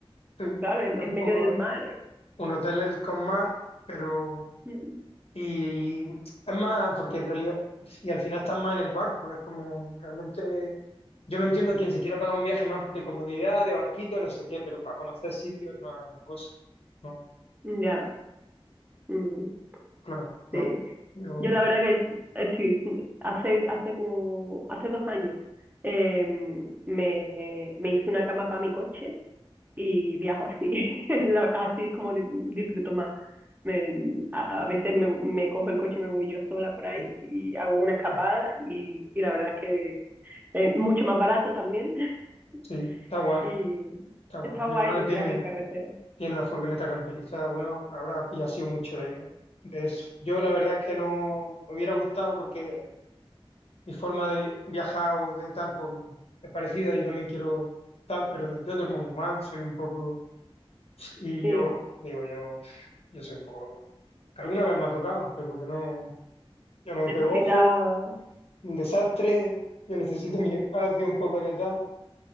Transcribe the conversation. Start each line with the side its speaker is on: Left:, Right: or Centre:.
Left: sí,
Right: claro, en,
Left: es
Right: en
Left: un
Right: medio
Left: poco...
Right: del mar.
Left: un hotel es con mar, pero...
Right: Mm,
Left: Y es más, porque en realidad, y al final estás más en el barco, es como realmente, yo lo entiendo quien se quiera pagar un viaje más de comodidad, de barquito, no sé qué, pero para conocer sitios no es la cosa. No,
Right: Ya, mm,
Left: claro, no.
Right: sí.
Left: Yo,
Right: Yo la verdad que estoy, hace, hace como, hace dos años, em, me, me hice una cama para mi coche y viajo así, <laughs> La- así es como di- disfruto más. Me- a veces me, me cojo el coche y me voy yo sola por ahí
Left: eh,
Right: y hago una escapada
Left: ah,
Right: y, y la verdad es que es mucho más barato también <laughs>
Left: sí, está guay,
Right: y
Left: está guay.
Right: está
Left: Mi
Right: guay
Left: hermano
Right: los
Left: tiene,
Right: viajes en carretera.
Left: tiene una furgoneta camperizada, bueno, ahora y ha sido mucho de, de eso. Yo la verdad es que no me hubiera gustado porque mi forma de viajar o de tal, pues es parecida, yo también quiero tal, pero yo duermo muy mal, soy un poco, y
Right: Sí,
Left: yo digo, yo, yo soy un poco, que alguna vez me ha tocado, pero que no, yo no me
Right: necesitas,
Left: pego ojo,
Right: ah,
Left: un desastre, yo necesito mi <laughs> espacio, un poco de tal,